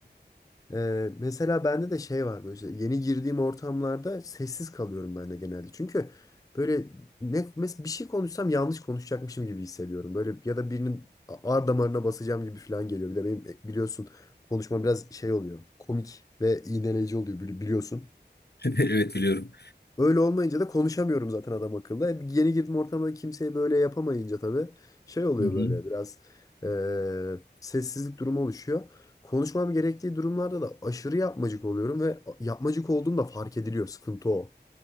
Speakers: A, on the left; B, on the left.
A: Ee, mesela bende de şey var böyle işte yeni girdiğim ortamlarda sessiz kalıyorum ben de genelde. Çünkü böyle ne mes, bir şey konuşsam yanlış konuşacakmışım gibi hissediyorum. Böyle ya da birinin a- ar damarına basacağım gibi falan geliyor. Bir de benim e, biliyorsun konuşma biraz şey oluyor. Komik ve iğneleyici oluyor bili- biliyorsun.
B: <laughs> Evet biliyorum.
A: Öyle olmayınca da konuşamıyorum zaten adam akıllı. E, Yeni girdim ortama kimseye böyle yapamayınca tabii şey oluyor
B: Hı hı.
A: böyle biraz e, sessizlik durumu oluşuyor. Konuşmam gerektiği durumlarda da aşırı yapmacık oluyorum ve yapmacık olduğum da fark ediliyor. Sıkıntı o.